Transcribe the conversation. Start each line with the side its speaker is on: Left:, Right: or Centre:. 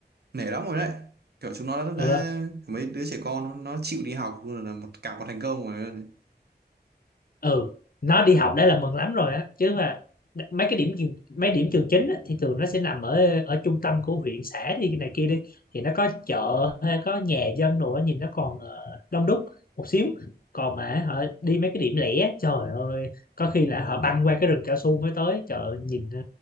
Right: nể lắm rồi đấy. Kiểu chúng nó đã, đã
Left: ừ
Right: mấy đứa trẻ con nó, nó chịu đi học luôn là một cả một thành công rồi. đấy.
Left: ừ nó đi học đã là mừng lắm rồi á chứ mà đ- mấy cái điểm trường- mấy điểm trường chính á, thì thường nó sẽ nằm ở ở trung tâm của huyện xã đi cái này kia đi thì nó có chợ hay có nhà dân đồ á, nhìn nó còn ờ, đông đúc một xíu còn mà họ đi mấy cái điểm lẻ trời ơi có khi là họ băng qua cái rừng cao su mới tới chợ nhìn ờ,